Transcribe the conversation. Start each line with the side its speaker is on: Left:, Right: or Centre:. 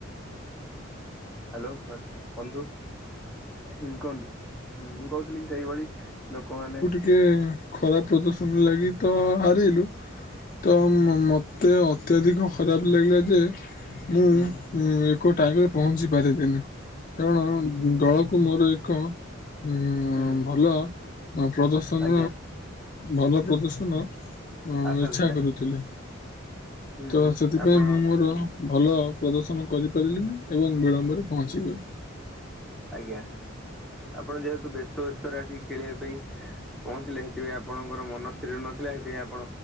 Centre: ହ୍ୟାଲୋ ବ ବନ୍ଧୁ ହୁଁ କୁହନ୍ତୁ। ହୁଁ ମୁଁ କହୁଥିଲି କି ସେଇଭଳି ଲୋକମାନେ
Left: ଟିଏ ଖରାପ ପ୍ରଦଷଣ ଲାଗି ତ ହାରିଲୁ। ତ ମ ମତେ ଅତ୍ୟଧିକ ଖରାପ ଲାଗିଲା ଯେ ମୁଁ
Centre: ହୁଁ
Left: ଏକ ଟାଇମରେ ପହଞ୍ଚି ପାରିଲିନି କାରଣ
Centre: ହୁଁ
Left: ଦଳ କୁ ମୋର ଏକ ଉ ଉଁ,
Centre: ହୁଁ
Left: ଭଲ ପ୍ରଦର୍ଶନ
Centre: ଆଜ୍ଞା
Left: ଭଲ
Centre: ହୁଁ
Left: ପ୍ରଦର୍ଶନ। ଅ
Centre: ଆଶା
Left: ଇଛା
Centre: ଥିଲା
Left: କରୁଥିଲେ
Centre: ହୁଁ
Left: ତ ସେଥିପାଇଁ
Centre: ଆପଣ
Left: ମୁଁ ମୋର ଭଲ ପ୍ରଦର୍ଶନ କରିପାରିଲିନି ଏବଂ ବିଳମ୍ବରେ ପହଞ୍ଚିଗଲି
Centre: ହୁଁ ଆଜ୍ଞା। ଆପଣ ଯେହେତୁ ବ୍ୟସ୍ତ ବ୍ୟସ୍ତରେ ଆସିକି ଖେଳିବା ପାଇଁ ପହଞ୍ଚିଲେ ସେଥିପାଇଁ ଆପଣଙ୍କର ମନ ସ୍ଥିର ନଥିଲା ସେଥିପାଇଁ ଆପଣ